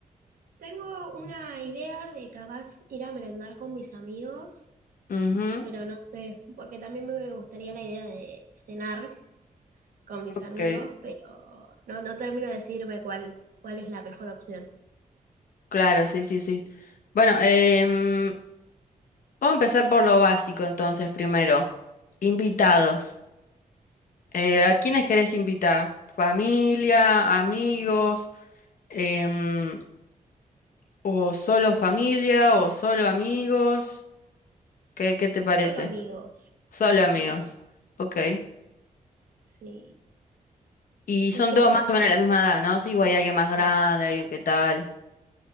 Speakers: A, on the right; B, on the left.
A: Tengo una idea de capaz ir a merendar con mis amigos,
B: Ujú,
A: pero no sé, porque también me gustaría la idea de cenar con mis
B: ok.
A: amigos, pero no, no termino de decirme cuál, cuál es la mejor opción.
B: Claro, sí, sí, sí. Bueno, em, vamos a empezar por lo básico entonces primero. Invitados. Eh, ¿a quiénes querés invitar? ¿Familia, amigos, Em, o solo familia, o solo amigos? ¿Qué, qué te
A: Solo
B: parece?
A: amigos,
B: Solo
A: creo
B: amigos.
A: yo.
B: Ok.
A: Sí.
B: Y son
A: Y creo
B: todos más
A: que
B: o menos
A: son...
B: de la misma edad, ¿no? Sí, o hay alguien más grande,
A: Sí.
B: alguien que tal.